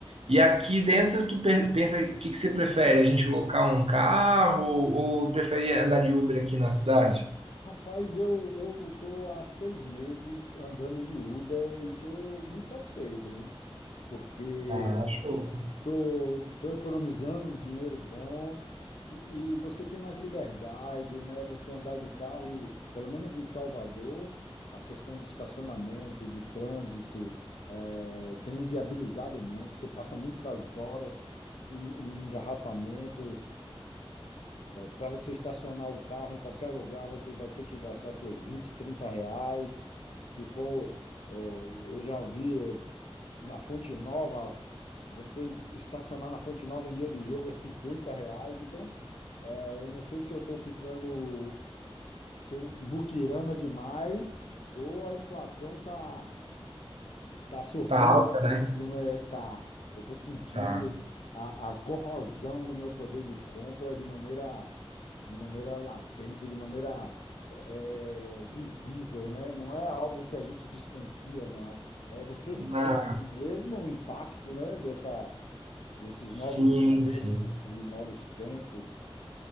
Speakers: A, on the right (about 75°); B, on the left (about 80°).
A: E aqui dentro, tu pe- pensa, o que que você prefere? A gente locar um carro ou, ou prefere andar de Uber aqui na cidade?
B: Rapaz, eu eu tô há seis meses andando de Uber e tô muito satisfeito, né? porque
A: Ah, show.
B: Tô, tô economizando um dinheiro bom e, e você tem mais liberdade, né? Você andar de carro, pelo menos em Salvador, a questão de estacionamento, de trânsito, eh, tem inviabilizado muito. Você passa muitas horas em, em engarrafamentos. para você estacionar o carro em qualquer lugar, você vai ter que gastar seus 20 30 reais. Se for, ó, eu já vi na Fonte Nova, você estacionar na Fonte Nova em dia de jogo é 50 reais. Então, é, eu não sei se eu estou ficando se eu, muquirana demais ou a inflação tá Tá surpreendendo,
A: Tá alta, né?
B: né? Tá. Eu estou sentindo
A: Tá.
B: a, a corrosão do meu poder de compra de maneira, de maneira latente, de maneira é, visível, né? Não é algo que a gente desconfia, não. É, você sente
A: Na...
B: mesmo o impacto, né? Dessa, desses
A: Sim,
B: novos textos,
A: sim.
B: de novos tempos.